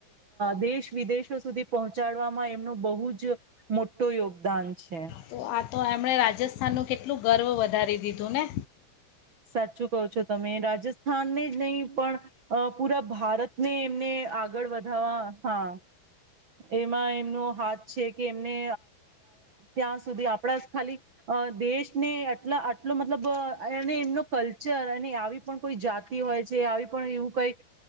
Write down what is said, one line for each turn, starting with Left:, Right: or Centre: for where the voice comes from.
Right: દેશ, વિદેશો સુધી પહોંચાડવામાં એમનું બહુ જ મોટ યોગદાન છે
Left: તો, આ તો એમણે રાજસ્થ આનું કેટલું ગર્વ વધારી દીધું ને.
Right: સાચું કો છો તમે, રાજસ્થાનને જ નહીં પણ અ પૂરા ભારત, ને એમને આગળ વધવા હા, એમાં એમનો હાથ છે, કે એમને ત્યાં સુધી આપણા ખાલી દેશને આટલા, આટલો મતલબ અને એમનો કલ્ચર અને આવી પણ કોઈ જાતિ હોય છે આવી પણ એવું કઈ